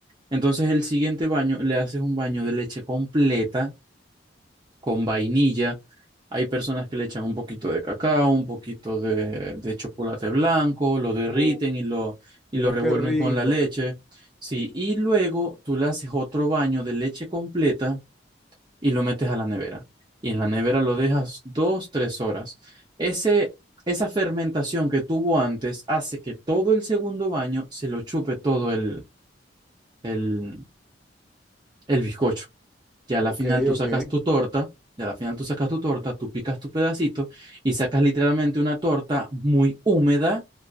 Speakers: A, on the right; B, in the centre.
A: Entonces el siguiente baño le haces un baño de leche completa con vainilla. Hay personas que le echan un poquito de cacao, un poquito de, de chocolate blanco, lo derriten
B: Oh,
A: y lo,
B: pero
A: y lo revuelven
B: qué rico.
A: con la leche. Sí, y luego tú le haces otro baño de leche completa y lo metes a la nevera. Y en la nevera lo dejas dos, tres horas. Ese, esa fermentación que tuvo antes hace que todo el segundo baño se lo chupe todo el, el, el bizcocho. ya a la
B: Ok,
A: final tú
B: ok.
A: sacas tu torta, ya a la final tú sacas tu torta, tú picas tu pedacito y sacas literalmente una torta muy húmeda,